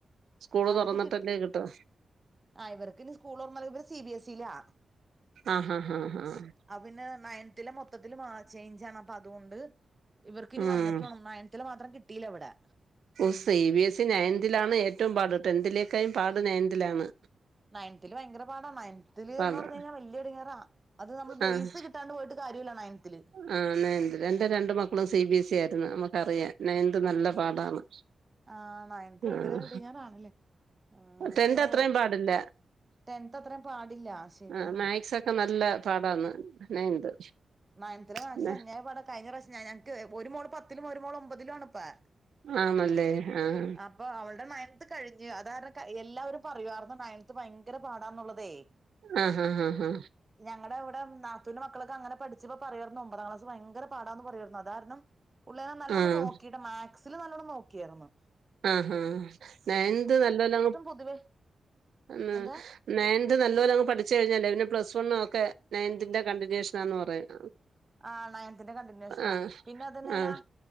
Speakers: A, on the right; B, on the right.
A: സ്കൂള്
B: അവർക്ക്
A: തുറന്നിട്ടല്ലേ
B: കി
A: കിട്ടൂ
B: ആ ഇവർക്ക് ഇനി സ്കൂള് തൊറന്നാ ഇവര് സി ബി എസിലാ
A: ആഹ് ആഹ് ആഹ് ആഹ്
B: അവന് നയൻതില് മൊത്തത്തില് മ ചേഞ്ചാണ് അപ്പ അതുകൊണ്ട് ഇവർക്ക് ഇനി
A: ഉം
B: വന്നിട്ട് വേണം നയൻതില് മാത്രം കിട്ടിയില്ല ഇവിടെ
A: ഓ സി ബി എസി നയൻതിലാണ് ഏറ്റവും പാട് ടെൻതിലേക്കാലും പാട് നയൻതിലാണ്
B: നയൻതില് ഭയങ്കര പാടാ നയൻതില്
A: പാടാ
B: എന്ന് പറഞ്ഞ് കഴിഞ്ഞാൽ വല്ല്യ ഇടങ്ങേറ അത് നമ്മള് ബേസ്
A: ആഹ്
B: കിട്ടാതെ പോയിട്ട് കാര്യവില്ല നയൻതില്
A: ആഹ് നയൻത് എന്റെ രണ്ട് മക്കളും സി ബി എസ് ഇ ആയിരുന്നു നമുക്കറിയാം നയൻത് നല്ല പാടാണ്
B: ആഹ് നയൻത് ഭയങ്കര
A: ആഹ്
B: ഇഡങ്ങേറാണല്ലേ ആഹ്
A: ടെൻത്
B: ഇപ്പോ
A: അത്രയും പാടില്ല
B: ടെൻത് അത്രേയും പാടില്ല ശരിയാണ്
A: ആഹ് മാത്‍സൊക്കെ നല്ല പാടാന്ന് നയൻത്
B: നയൻതിലെ മാത്‍സ്
A: പിന്നെ
B: അന്യായ പാടാ കഴിഞ്ഞ പ്രാവശ്യം ഞങ്ങക്ക് ഒരു മോള് പത്തിലും ഒര മോള് ഒമ്പതിലും ആണ് ഇപ്പോ
A: ആണല്ലേ ആഹ്
B: അപ്പൊ അവളുടെ നയൻത് കഴിഞ്ഞ് അത് കാരണം എല്ലാവരും പറയുവാരുന്നു നയൻത് ഭയങ്കര പാടാന്നുള്ളതേ
A: ആഹ് ആഹ് ആഹ് ആഹ്
B: ഞങ്ങടെ അവിടെ നാത്തൂന്റെ മക്കളൊക്കെ അങ്ങനെ പഠിച്ചപ്പോ പറയാരുന്നു ഒമ്പതാം ക്ലാസ് ഭയങ്കര പാടാന്ന് പറയുവാരുന്നു അത് കാരണം പുള്ളി അങ്ങനെ നല്ലോണം
A: ആഹ്
B: നോക്കിയിട്ട് മാത്‍ സില് നല്ലോണ്ണം നോക്കിയായിരുന്നു
A: ആഹ് നയൻത് നല്ല പോലെ
B: പൊതുവേ
A: ഏഹ്
B: എന്താ
A: നയൻത് നല്ലപോലെ അങ്ങ് പഠിച്ചു കഴിഞ്ഞാലേ പിന്നെ പ്ലസ് വൺ ഒക്കെ നയൻതിന്റെ കണ്ടിന്യൂഷൻ ആന്ന് പറയും
B: ആഹ് നയൻതിന്റെ കണ്ടിന്യുഷനാ
A: ആഹ്
B: പിന്നെ അത് തന്നെയല്ലാ
A: ആഹ്